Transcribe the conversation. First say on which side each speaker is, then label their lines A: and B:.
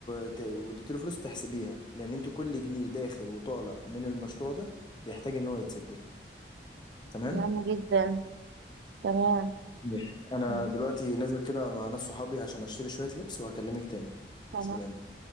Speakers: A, on the left; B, on the right.
A: ت- واديت له فلوس تحسبيها لان انتوا كل جنيه داخل وطالع من المشروع ده بيحتاج ان هو يتسجل تمام
B: تمام جدا تمام
A: ماشي انا
B: مم.
A: دلوقتي نازل كده مع ناس صحابي عشان اشتري شوية لبس وهكلمك تاني
B: تمام
A: سلام